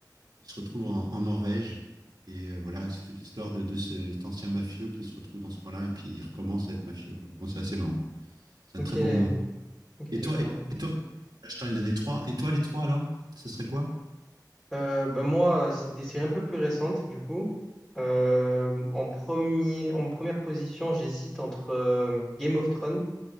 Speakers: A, on the right; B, in the centre.
A: il se retrouve en, en Norvège. Et euh, voilà, c'est toute l'histoire de, de ce- cet ancien mafieux qui se retrouve dans ce coin-là et puis il recommence à être mafieux, quoi. Bon, c'est assez marrant. C'est
B: ok,
A: un très bon,
B: ok,
A: Et
B: je
A: toi,
B: vois.
A: et toi je t'en ai donné trois. Et toi, les trois, alors Ce serait quoi
B: Euh, ben moi, c'est des séries un peu plus récentes, du coup. Euh, en premier, en première position, j'hésite entre euh, Game of Thrones.